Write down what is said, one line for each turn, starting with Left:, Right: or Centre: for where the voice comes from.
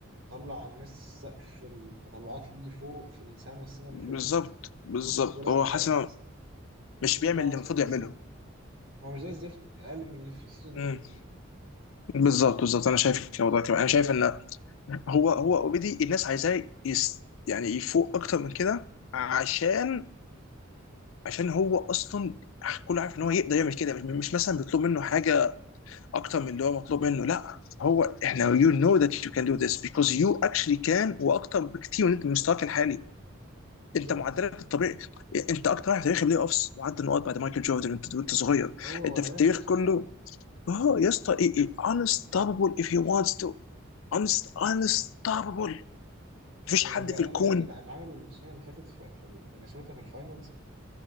Right: طلع على الناس سقف التطلعات ليه فوق في السما السنه اللي
Left: بالظبط
Right: فاتت
Left: بالظبط
Right: وصل بدالاس
Left: هو
Right: الفاينلز
Left: حاسس مش
Right: السيزون
Left: بيعمل
Right: ده عمل
Left: اللي المفروض
Right: سيزون زي
Left: يعمله
Right: الزفت هو مش زي الزفت اقل من اللي في السيزون اللي
Left: امم
Right: فات بكتير
Left: بالظبط بالظبط انا شايف كده والله كمان انا شايف ان هو هو اوريدي الناس عايزاه يس يعني يفوق اكتر من كده عشان عشان هو اصلا كله عارف ان هو يقدر يعمل كده مش مش مثلا بيطلب منه حاجه اكتر من اللي هو مطلوب منه لا هو احنا يو نو ذات يو كان دو ذس بيكوز يو اكشلي كان واكتر بكتير من انت من مستواك الحالي
Right: بالظبط
Left: انت معدلك الطبيعي انت اكتر واحد في تاريخ البلاي اوفس معدل نقاط بعد مايكل جوردن وانت وانت صغير
Right: ايوه هو
Left: انت
Right: ورانا
Left: في التاريخ
Right: اصلا
Left: كله اه يا اسطى ايه ايه unstoppable if he wants to Unst unstoppable مفيش
Right: يعني
Left: حد
Right: لا
Left: في الكون
Right: لا بجد اللي اللي عمله السنه اللي فاتت في في مينيسوتا في الفاينلز